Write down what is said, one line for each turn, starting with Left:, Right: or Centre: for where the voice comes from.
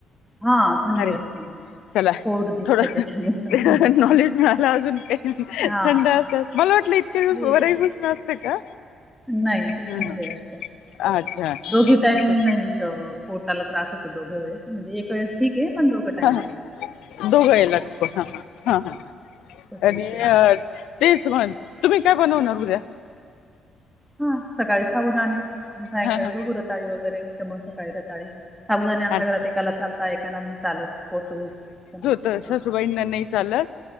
Centre: हां थंडी
Left: अरे
Centre: असते ती.
Left: चला
Centre: पोट दुखतं
Left: थोडं
Centre: त्याच्याने पण हं.
Left: नॉलेज मिळाला अजून काही.
Centre: हां.
Left: थंड असतात मला वाटलं इतके दिवस
Centre: हे
Left: वरी उष्ण असते का.
Centre: नाही ते
Left: ह
Centre: थंडे असते ते,
Left: अच्छा
Centre: दोघी टाइम
Left: बरं.
Centre: नाही. तर पोटाला त्रास होतो दोघे वेळेस म्हणजे एक वेळेस ठीक आहे, पण दोघं टाइमला
Left: हा दोघं याला नको हां हां
Centre: पचन
Left: आणि
Centre: क्रियेला.
Left: तेच म्हण तुम्ही काय बनवणार उद्या?
Centre: हां सकाळी साबुदाणे. सायंकाळी
Left: हां हां
Centre: बघू रताळी वगैरे तर मग सकाळी रताळी साबुदाणे आमच्या
Left: अच्छा
Centre: घरात एकाला चालत एका ना नाही चालत पोटू ना
Left: तर
Centre: हां,
Left: सासूबाईंना नाही चालत.